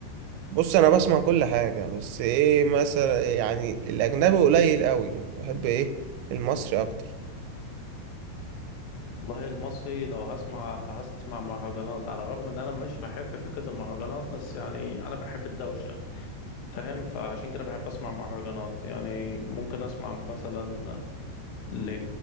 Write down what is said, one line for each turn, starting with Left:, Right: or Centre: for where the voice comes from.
Right: بص انا بسمع كل حاجه بس ايه مثلا يعني الاجنبي قليل قوي يعني بحب ايه المصري اكتر
Left: والله المصري لو هسمع فهسمع مهرجانات على الرغم ان انا مش بحب فكرة المهرجانات بس يعني انا بحب الدوشة فاهم فعشان كده بحب اسمع مهرجانات يعني ممكن اسمع مثلا ل...